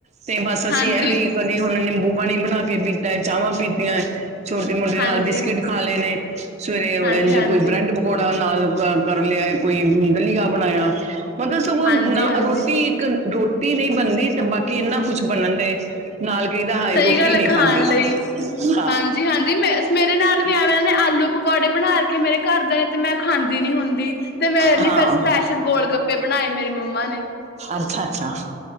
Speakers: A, on the right; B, on the left.
A: ਤੇ ਬਸ ਅਸੀਂ
B: ਹਾਂਜੀ
A: ਇਹੋ ਹੀ ਕਦੀ ਹੁਣ ਨਿੰਬੂ ਪਾਣੀ ਬਣਾ ਕੇ ਪੀਤਾ ਹੈ ਚਾਵਾਂ ਪੀਤੀਆਂ। ਛੋਟੇ ਮੋਟੇ
B: ਹਾਂਜੀ
A: ਨਾਲ ਬਿਸਕਿਟ ਖਾ ਲਏ ਨੇ ਸਵੇਰੇ
B: ਹਾਂਜੀ
A: ਇੰਝ
B: ਹਾਂਜੀ
A: ਕੋਈ ਬ੍ਰੈਡ ਪਕੌੜਾ ਨਾਲ ਕਰ ਲਿਆ ਕੋਈ ਦਲੀਆ ਬਣਾਇਆ ਪਤਾ ਸਗੋਂ
B: ਹਾਂਜੀ
A: ਨਾ
B: ਹਾਂਜੀ
A: ਰੋਟੀ ਇੱਕ ਰੋਟੀ ਨਹੀਂ ਬਣਦੀ ਤੇ ਬਾਕੀ ਇਨਾ ਕੁਛ ਬਣਨ ਦੇ ਨਾਲ ਕਹੀਦਾ ਹਾਏ
B: ਸਹੀ
A: ਰੋਟੀ
B: ਗੱਲ
A: ਨਹੀਂ
B: ਹੈ ਖਾਣ
A: ਖਾਧੀ
B: ਲਈ
A: ਹਾਂ
B: ਹਾਂਜੀ ਹਾਂਜੀ ਮ ਮੇਰੇ ਨਾਲ ਵੀ ਐਵੇਂ ਨੇ ਆਲੂ ਪਕੌੜੇ ਬਣਾ ਕੇ ਮੇਰੇ ਘਰ ਦੇ ਨੇ ਤੇ ਮੈਂ ਖਾਂਦੀ ਨੀ ਹੁੰਦੀ ਤੇ ਮੇਰੇ
A: ਹਾਂ
B: ਲਈ ਫੇਰ ਸਪੈਸ਼ਲ ਗੋਲ ਗੱਪ ਗੋਲ ਗੱਪੇ ਬਣਾਏ ਮੇਰੀ ਮੰਮਾ ਨੇ
A: ਅੱਛਾ ਅੱਛਾ